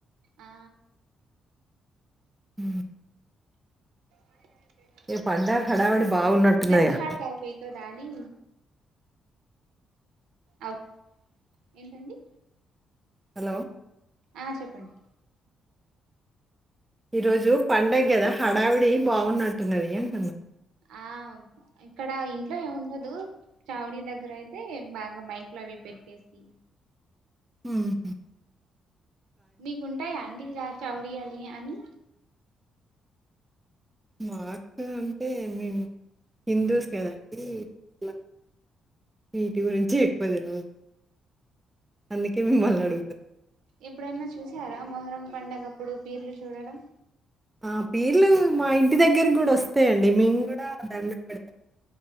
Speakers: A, on the right; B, on the right.
A: ఆ
B: ఊ.
A: <inaudible>
B: ఏ పండగ హడావిడి బాగున్నట్టున్నదిగా
A: గర్ఝాడ కావుకితో దానీ అవు ఏంటండి
B: హలో
A: ఆ చెప్పండి
B: ఈ రోజు పండగ గద హడావిడి బావున్నట్టున్నది అంటున్నా
A: ఆ ఇక్కడ ఇంట్లో ఏముండదు చావుడీ దగ్గర అయితే బాగా మైక్లు అవి పెట్టేసి
B: ఉమ్ హు
A: మీకుంటాయా అండి ఇలా చౌడియాలి అని
B: మాకు అంటే మేము హిందూస్ కదండి ఇలా వీటి గురించి ఎక్కువ తెల్వదు అందుకే మిమ్మల్ని అడుగుతున్న
A: ఎప్పుడైనా చూసారా మొహర్రం పండగప్పుడు పీర్లు చూడడం
B: ఆ పీర్లు మా ఇంటి దగ్గరకి కూడా వస్తాయండి మేము కూడా దండపెడతాం